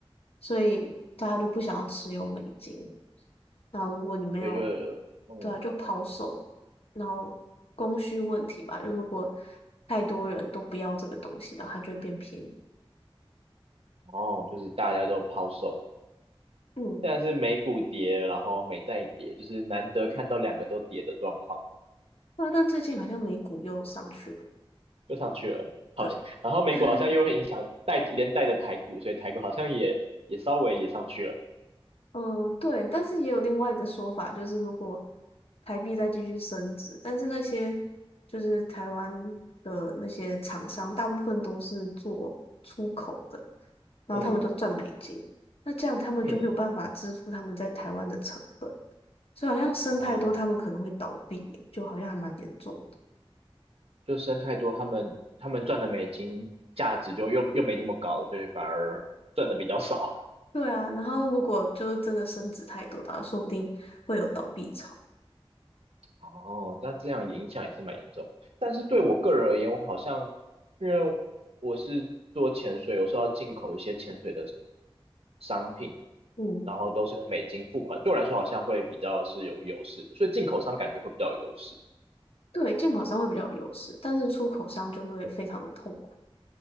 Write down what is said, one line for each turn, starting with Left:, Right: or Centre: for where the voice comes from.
Left: 所以大家就不想要持有美金。那如果你没有，
Right: 所以就嗯，
Left: 对啊，就抛售，然后供需问题吧，就如果太多人都不要这个东西了，它就会变便宜。
Right: 哦，就是大家都抛售，
Left: 嗯，
Right: 现在是美股跌，然后美债也跌，就是难得看到两个都跌的状况，
Left: 那但最近好像美股又上去了，
Right: 又上去了。好，
Left: 对，
Right: 然后美股好像又会影响带连带的台股，
Left: <laughs>
Right: 所以台股好像也也稍微也上去了。
Left: 嗯，对，但是也有另外一个说法，就是如果台币再继续升值，但是那些就是台湾的那些厂商，大部分都是做出口的，然后他们就赚美金，
Right: 嗯
Left: 那这样他们就没有办法支付他们在台湾的成本，
Right: 嗯，
Left: 所以好像升太多，
Right: 哦，
Left: 他们可能会倒闭耶就好像还蛮严重的。
Right: 就生太多，他们他们赚的美金价值就又又没那么高，所以反而赚的比较少。
Left: 对啊，然后如果就是真的升值太多的话，说不定会有倒闭潮。
Right: 哦，那这样影响也是蛮严重。但是对我个人而言，我好像因为我是做潜水，有时候要进口一些潜水的商品，
Left: 嗯，
Right: 然后都是用美金付款，对我来说好像会比较是有优势的，所以进口商感觉会比较有优势。
Left: 对，进口商会比较有优势，但是出口商就会非常的痛苦。